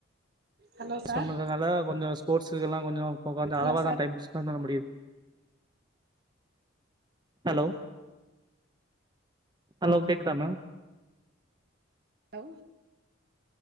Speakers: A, on the right; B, on the right.
A: ஹலோ சார்
B: சொன்னதுனால கொஞ்சோ ஸ்போர்ட்ஸ்கெல்லா கொஞ்சோ இப்ப வந்து
A: ஹலோ
B: அளவாதா
A: சார்
B: டைம் ஸ்பெண்ட் பண்ண முடியது ஹலோ ஹலோ கேக்குதா மேம்
A: ஹலோ